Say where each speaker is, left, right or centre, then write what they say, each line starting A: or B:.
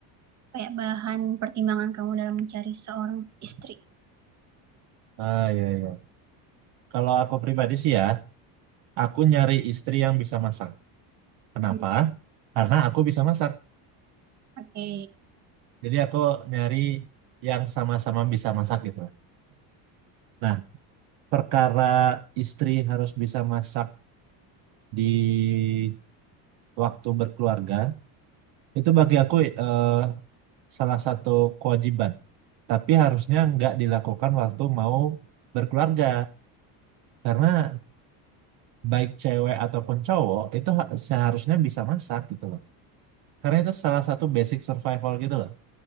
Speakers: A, on the right; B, on the right.
A: kayak bahan pertimbangan kamu dalam mencari seorang istri?
B: Ah, iya, iya. Kalau aku pribadi sih ya, aku nyari istri yang bisa masak. Kenapa?
A: Hmm,
B: Karena aku bisa masak.
A: Oke,
B: Jadi aku nyari yang sama-sama bisa masak gitu lah. <clears throat> Nah, perkara istri harus bisa masak di waktu berkeluarga, itu bagi aku eh, salah satu kewajiban. Tapi harusnya nggak dilakukan waktu mau berkeluarga. Karena baik cewek ataupun cowok itu ha- seharusnya bisa masak gitu loh. Karena itu salah satu basic survival gitu loh.